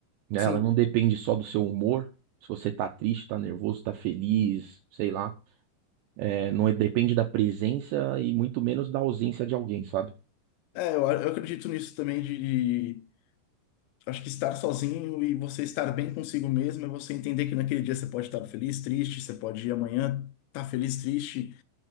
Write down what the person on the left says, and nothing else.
sim.
É, eu, eu acredito nisso também de, de- acho que estar sozinho e você estar bem consigo mesmo é você entender que naquele dia você pode estar feliz, triste, você pode ir amanhã estar feliz, triste